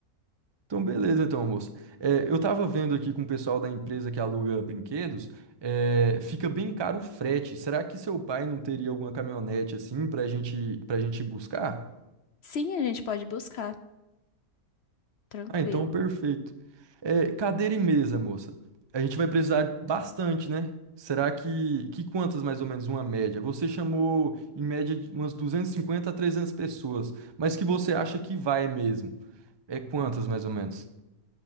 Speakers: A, on the right; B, on the left.
A: Então, beleza, então, moço. É, eu tava vendo aqui com o pessoal da empresa que aluga brinquedos, é, fica bem caro o frete. Será que seu pai não teria alguma caminhonete assim pra gente, pra gente buscar?
B: Sim, a gente pode buscar, tranquilo.
A: Ah, então, perfeito. É, cadeira e mesa, moça. A gente vai precisar bastante, né? Será que, que quantas mais ou menos uma média? Você chamou em média de umas 250 a 300 pessoas, mas que você acha que vai mesmo? É quantas mais ou menos?